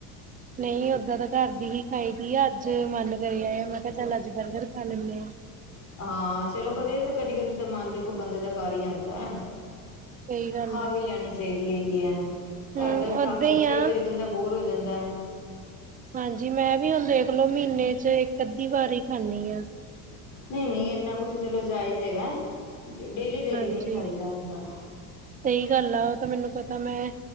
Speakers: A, on the right; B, on the left.
A: ਨਹੀਂ ਓਦਾਂ ਤਾਂ ਘਰ ਦੀ ਹੀ ਖਾਈ ਦੀ ਆ, ਅੱਜ ਮਨ ਕਰ ਆਇਆ, ਮੈਂ ਕਿਹਾ ਚੱਲ ਅੱਜ ਬਰਗਰ ਖਾ ਲੈਂਨੇ ਆ।
B: ਹਾਂ, ਚਲੋ ਕਦੇ ਤਾਂ ਕਦੀ- ਕਦੀ ਤਾਂ ਮਨ ਦੇਖੋ ਬੰਦੇ ਦਾ ਕਰ ਹੀ ਆਂਦਾ।
A: ਸਹੀ ਗੱਲ
B: ਖਾ
A: ਆ
B: ਵੀ ਲੈਣੀ ਚਾਹੀਦੀ ਹੈਗੀ ਐ,
A: ਹਮ
B: ਘਰ ਦਾ ਵੀ
A: ਓਦਾਂ
B: ਖਾ- ਖਾ
A: ਹੀ
B: ਕੇ ਕਈ
A: ਆ
B: ਵਾਰੀ ਬੰਦਾ ਬੋਰ ਹੋ ਜਾਂਦਾ।
A: ਹਾਂਜੀ, ਮੈਂ, ਵੀ ਹੁਣ ਦੇਖਲੋ, ਮਹੀਨੇ ਚ ਇੱਕ ਅੱਧੀ ਵਾਰੀ ਖਾਂਦੀ ਆ।
B: ਨਹੀਂ, ਨਹੀਂ ਇੰਨਾ ਕੁਤੇ ਚਲੋ ਜਾਇਜ਼ ਹੈਗਾ। ਡੇਲੀ- ਡੇਲੀ
A: ਹਾਂਜੀ
B: ਨਹੀਂ ਖਾਈਦਾ ਹੁੰਦਾ।
A: ਸਹੀ ਗੱਲ ਆ, ਉਹ ਤਾਂ ਮੈਨੂੰ ਪਤਾ ਮੈਂ,